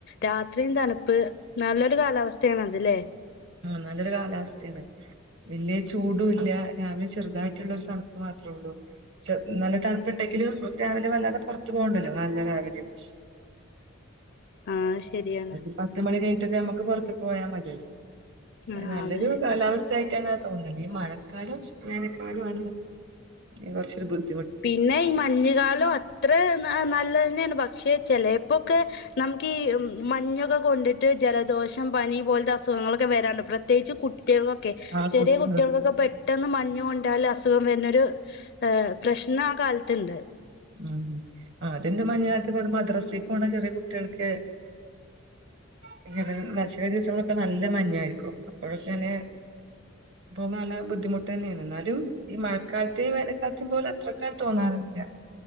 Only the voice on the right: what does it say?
ആ നല്ലൊരു കാലാവസ്ഥയാണ് വല്യയെ ചൂടുല്ല രാവിലെ ചെറുതായിട്ടുള്ളരു തണുപ്പ് മാത്രള്ളൂ ചെ നല്ല തണുപ്പ്ണ്ടെങ്കിലും രാവിലെ വല്ലാതെ പൊർത്തു പോകണ്ടല്ലോ നല്ല രാവിലെന്ന്
ഒരു പത്ത് മണി കഴിഞ്ഞട്ടക്കെ നമ്മക്ക് പൊർത് പോയാ മത്യല്ലോ
നല്ലൊരു
കാലാവസ്ഥ ആയ് ത്തെ തോന്നല് ഈ മഴക്കാലം വേനൽക്കാലോ ആണ് പിന്നെ കൊർച്ചൊരു ബുദ്ധി
ആ
കുട്ടികൾ
ഉം അത്ണ്ട് മഞ്ഞു കാലത്ത് പ്പൊ മദ്രസേക്ക് പോണ ചെറ്യേ കുട്ട്യേൾക്ക് <unintelligible> ദിവസങ്ങളൊക്കെ നല്ല മഞ്ഞായിരിക്കും അപ്പോഴൊക്കെങ്ങനെ ഇപ്പ നല്ല ബുദ്ധിമുട്ടന്നെയാണ് എന്നാലും ഈ മഴക്കാലത്തെയും വേനൽക്കാലത്തെയും പോലും അത്രക്കാണ്ട് തോന്നാറില്ല